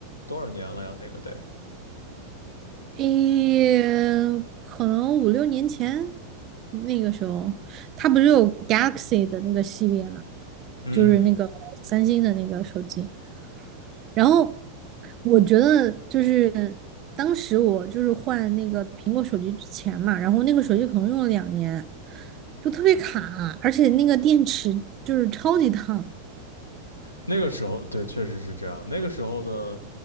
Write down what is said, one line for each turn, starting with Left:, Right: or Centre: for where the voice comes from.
Left: 多少年了呀？那个得，
Right: 诶，可能五六年前那个时候，它不是有 Galaxy 的那个系列嘛，
Left: 嗯，
Right: 就是那个三星的那个手机。然后我觉得就是当时我就是换那个苹果手机之前嘛，然后那个手机可能用了两年，就特别卡，而且那个电池就是超级烫。
Left: 那个时候对，确实是这样。那个时候的